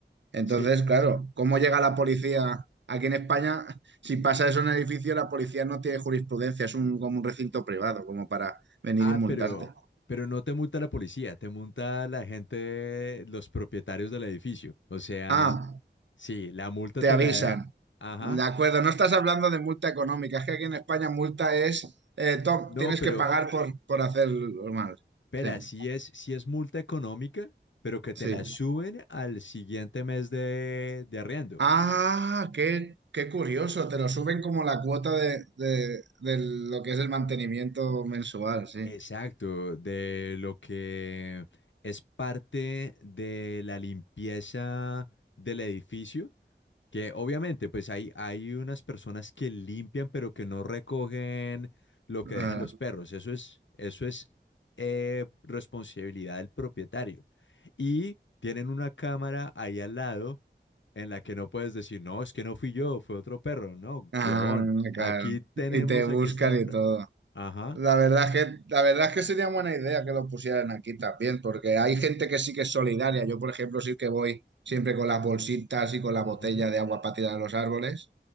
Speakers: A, on the right; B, on the left.
A: Entonces,
B: sí.
A: claro, ¿cómo llega la policía? Aquí en España, <laughs> si pasa eso en el edificio, la policía no tiene jurisprudencia, es un, como un recinto privado, como para venir
B: Ah,
A: y multarte.
B: pero, pero no te multa la policía, te multa la gente, los propietarios del edificio. O sea,
A: Ah,
B: sí, la multa
A: te
B: te
A: avisan.
B: la da. Ajá.
A: De acuerdo, no estás hablando de multa económica, es que aquí en España multa es, eh, Tom,
B: No,
A: tienes
B: pero,
A: que pagar por, por hacerlo mal.
B: Espera,
A: Sí,
B: si es, si es multa económica, pero que te
A: sí.
B: la suben al siguiente mes de, de arriendo.
A: Ah, qué, qué curioso, te lo suben como la cuota de, de- de lo que es el mantenimiento mensual, sí.
B: Exacto, de lo que es parte de la limpieza del edificio Que obviamente, pues hay, hay unas personas que limpian, pero que no recogen lo
A: Claro.
B: que dejan los perros. Eso es, eso es eh, responsabilidad del propietario. Y tienen una cámara ahí al lado en la que no puedes decir, no, es que no fui yo, fue otro perro. No,
A: Ah,
B: huevón, aquí
A: claro.
B: tenemos,
A: Y te buscan
B: aquí está la...
A: y
B: prueba.
A: todo.
B: Ajá.
A: La verdad es que, la verdad es que sería buena idea que lo pusieran aquí también, porque hay gente que sí que es solidaria. Yo, por ejemplo, sí que voy siempre con las bolsitas y con la botella
B: ujú,
A: de agua para tirar a los árboles,